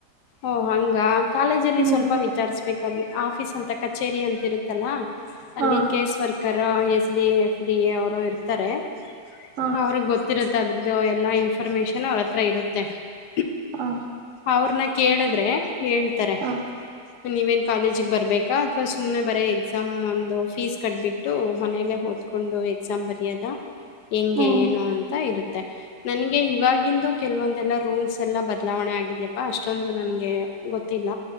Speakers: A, on the left; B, on the right.
A: ಓ, ಹಂಗ, ಕಾಲೇಜಲ್ಲಿ!
B: ಹ್ಮ್
A: ಸ್ವಲ್ಪ, ವಿಚಾರಿಸುಬೇಕವಲಿ, ಆಫೀಸ್ ಅಂತ ಕಚೇರಿ, ಅಂತಿರುತ್ತ! <inaudible> ಇತ್ತಲ್ಲಾ, ಅಲ್ಲಿ,
B: ಹಾ
A: case, worker, S, D, F, D. A, ಅವರು ಇರ್ತಾರೆ! <unintelligible>
B: ಹಾ
A: ಅವ್ರಿಗೆ, ಗೊತ್ತಿರುತ್ತೆ! ಅದ್ರದ್ದು ಎಲ್ಲ, ಇನ್ಫ್ರಿಮೇಷನ್, ಅವ್ರ, ಹತ್ರ ಇರುತ್ತೆ? <inaudible>
B: ಹಾ
A: ಅವ್ರನ್ನ, ಕೇಳಿದ್ರೆ, ಹೇಳ್ತಾರೆ?
B: ಹಾ
A: <unintelligible> ನೀವೇನ್, ಕಾಲೇಜಿಗೆ! ಬರ್ಬೇಕಾ ಅಥವಾ ಸುಮ್ನೆ, ಬರೇ, ಎಕ್ಸಾಮ್, ಒಂದು, ಫೀಸ್ ಕಟ್ಬಿಟ್ಟು, ಮನೇ, ಓ.. <inaudible> ಕುಂತುಕೊಂಡು, ಎಕ್ಸಾಮ, ಬಾರಿಯಾಗಾ, ಹೆಂಗೆ
B: ಹ್ಮ್
A: ಏನು, ಅಂತ, ಇರುತ್ತೆ? <inaudible> ನನಗೆ, ಇವಾಗಿಂದು, ಕೆಲವೊಂದೆಲ್ಲಾ! ರೂಲ್ಸ್ ಎಲ್ಲಾ, ಬದಲಾವಣೆ, ಆಗಿದಪ್ಪಾ, ಅಷ್ಟೇ. <inaudible> ಅಷ್ಟೊಂದು, ನನಗೆ, ಗೊತ್ತಿಲ್ಲ!